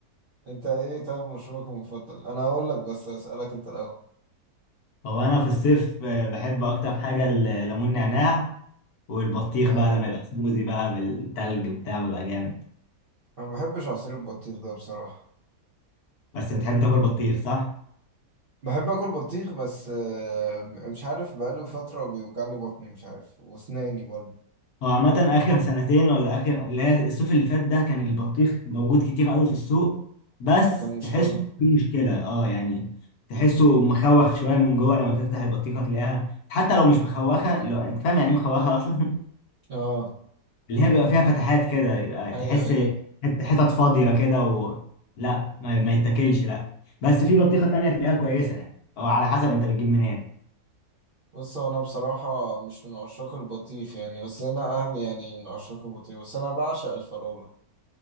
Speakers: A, on the right (about 45°); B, on the left (about 65°).
A: أنت إيه طب مشروبك المفضل؟ أنا هقول لك بس أسألك أنت الأول
B: هو انا في الصيف آه، بحب اكتر حاجه الليمون نعناع والبطيخ
A: آه
B: بقى لما يبقى سموزي بقى بالتلج وبتاع بيبقى جامد
A: أنا ما بحبش عصير البطيخ ده بصراحة
B: بس بتحب تاكل بطيخ صح
A: بحب آكل بطيخ بس آه مش عارف بقاله فترة بيوجعلي بطني مش عارف وأسناني برضه
B: هو عامة آخر سنتين ولا آخر اللي هي الصيف اللي فات ده كان البطيخ موجود كتير قوي في السوق بس
A: كان مش
B: تحسه
A: حلو
B: في مشكلة اه يعني تحسه مخوخ شوية من جوه لما تفتح البطيخة تلاقيها حتى لو مش مخوخة لو انت فاهم يعني ايه مخوخة أصلا <laughs>
A: آه
B: اللي هي بيبقى فيها فتحات كده يبقى
A: أيوه
B: تحس
A: أيوه
B: حت- حتت فاضية كده و لا ما, ما يتاكلش لا بس في بطيخة تانية تلاقيها كويسة يعني أو على حسب انت بتجيب منين
A: بص هو انا بصراحة مش من عشاق البطيخ يعني بس انا اهلي يعني من عشاق البطيخ بس انا بعشق الفراولة